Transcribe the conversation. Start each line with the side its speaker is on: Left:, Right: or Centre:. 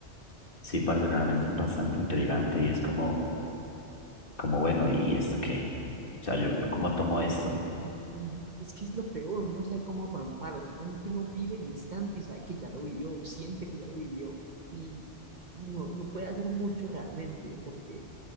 Left: Sí, parce, realmente es bastante intrigante y es como, como bueno, ¿y esto qué? O sea, yo, yo cómo tomo esto.
Right: Ujú. Es que es lo peor, uno no sabe cómo afrontarlo, simplemente uno vive el instante y sabe que ya lo vivió, o siente que ya lo vivió, y, y no, no puede hacer mucho realmente, porque